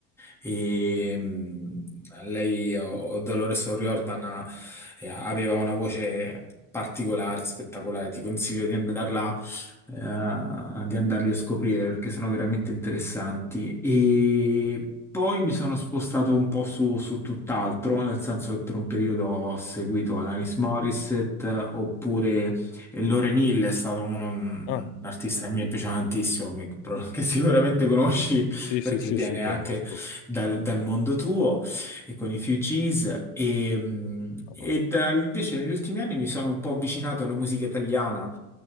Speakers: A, in the centre; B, on the left (about 65°).
A: E, mh, lei, o o Dolores O'Riordan, ha- eh, aveva una voce particolare, spettacolare. Ti consiglio di andarla eh, di andarli a scoprire perché sono veramente interessanti. E poi mi sono spostato un po' su, su tutt'altro, nel senso che per un periodo ho seguito Alanis Morissette eh, oppure e Lauryn Hill è stato uno- un
B: Ah,
A: artista che mi piace tantissimo, che, che <laughs> sicuramente conosci
B: sì,
A: perché
B: sì, sì,
A: viene
B: sì, conosco.
A: anche dal, dal mondo tuo e con i Fugees e, mm,
B: Mamma
A: e
B: mia.
A: da- invece negli ultimi anni mi sono un po' avvicinato alla musica italiana